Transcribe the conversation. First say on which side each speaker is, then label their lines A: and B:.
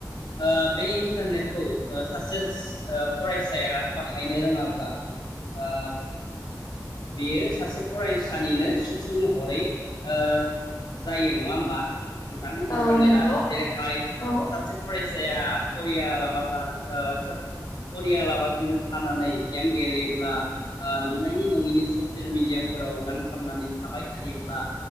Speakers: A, on the left; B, on the left.
A: ओ बे इन्टारनेटखौ ओ सासे फरायसाया बाहायनो रोङाब्ला ओ बेयो सासे फरायसानिनो सु थुर महरै ओ जायो नङा होमबा नोंथां इन्टारनेटआ
B: औ नोंगौ
A: जेरैहाय
B: औ
A: सासे फराय साया फरियालाबा थाना ओ फरियालाबासिनो थानानै गेम गेलेयोब्ला ओ नंनायनि नङिनि ससियेल मिडियाफोराव नांथाबनानै थाबाय थायोब्ला